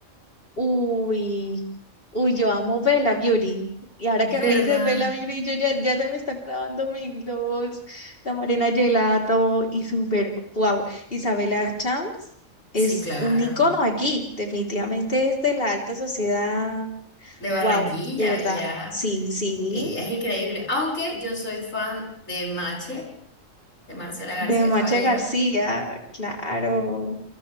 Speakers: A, on the left (about 45°); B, on the left (about 70°).
A: Uy, uy, yo amo Bella Beauty. Y ahora
B: ¿Verdad?
A: que me dices Bella Beauty, yo ya, ya se me está clavando mi gloss, la Marina Gelato y súper, wow. Isabela Chams
B: Sí,
A: es
B: claro.
A: un icono aquí, definitivamente es de la alta sociedad,
B: De Barranquilla,
A: wow, de verdad.
B: ya.
A: Sí, sí,
B: Ella es increíble. Aunque yo soy fan de Mache, de Marcela García
A: de Macha
B: Caballero.
A: García, claro.